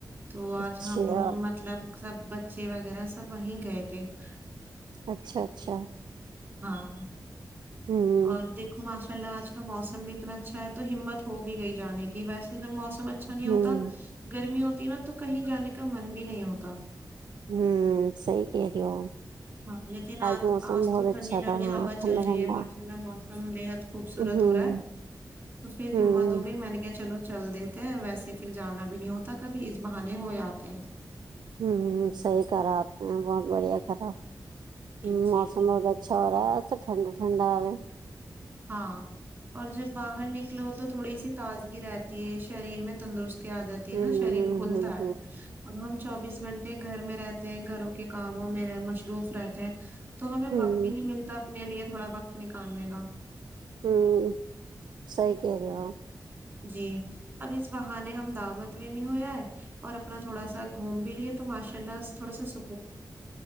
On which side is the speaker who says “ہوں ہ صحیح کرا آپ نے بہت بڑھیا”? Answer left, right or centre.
Right